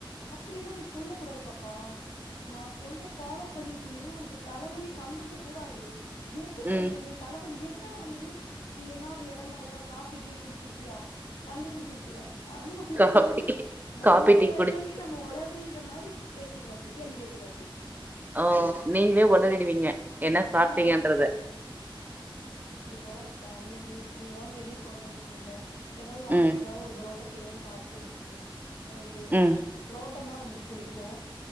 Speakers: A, on the left (about 75°); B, on the right (about 20°).
A: அப்படியெல்லா நீ சொல்ல கூடாது பாப் பாவ் நா சொல்ற ஃபாலோ பண்ணிட்டு இருந்தினா ஒனக்கு தலவலியே வந்திருக்க கூடாது எப்பிடி
B: ம்
A: வந்தது தலவலி எதுனால வந்துது நீ இன்னாவது எரர் மொடக்கா காப்பி டீ குடிச்சிருப்பியா கண்டுபுடுச்சுருக்குற அழுவ தா
B: காபி
A: வந்துரு நம்மளய
B: காபி டீ
A: அறியாமயே
B: குடிச்
A: நம்ம உளறீர்ற மாரி பேசிடுவாப்படி கேள்வி கேட்ருவாப்டி
B: ஓ நீங்களே உளறீருடுவீங்க என்ன சாப்பிட்டீங்கன்றத
A: ஆ இப்போ தா இன்னைக்கு நீ ஏதாவது வெளிய போணுன்னு வச்சுக்குங்களே எதா ஒரு
B: ம்
A: ஆசைக்காக ஒரு புரோட்டா தெரியாம சாப்டேன் வச்சுக்குங்களே எனக்கு
B: ம்
A: புரோட்டனா ரொம்ப புடிக்கு